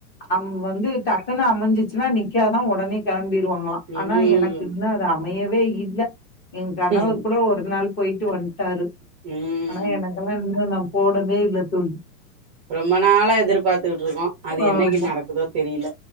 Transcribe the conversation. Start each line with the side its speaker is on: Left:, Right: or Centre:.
Left: அம் வந்து டக்குன்னு அமைஞ்சிச்சின்னா நிக்காதா உடனே கெளம்பிடுவாங்களாம்
Right: ம்
Left: ஆனா எனக்கு இன்னோ அது அமையவே இல்ல என் கணவர்
Right: ம்
Left: கூட ஒரு நாள் கூப்பிட்டாரு
Right: ம்
Left: ஆனா எனக்கெல்லா இன்னு நா போடவே இல்ல தோழி
Right: ரொம்ப நாளா எதிர்பாத்துக்கிட்டு இருக்கோம் அது என்னைக்கு
Left: ஆமா
Right: நடக்குதோ தெரியல